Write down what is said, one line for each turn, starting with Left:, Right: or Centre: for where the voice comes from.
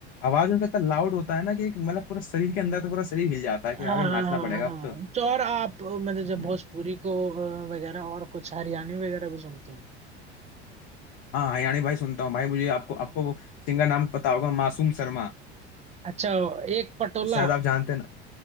Left: आवाज उनका इतना लाउड होता है ना कि एक मतलब पूरा शरीर के अंदर तो पूरा शरीर हिल जाता है कि
Right: हाँ
Left: हाँ भी नाचना पड़ेगा
Right: हाँ
Left: अब
Right: तो और आप मतलब
Left: तो
Right: जब भोजपुरी को अ, वगैरह और कुछ हरियाणवी वगैरह भी सुनते हो
Left: हाँ हरियाणी भाई सुनता हूँ भाई मुझे आपको आपको वो सिंगर नाम पता होगा मासूम शर्मा
Right: अच्छा एक पटोला
Left: शायद आप जानते हैं ना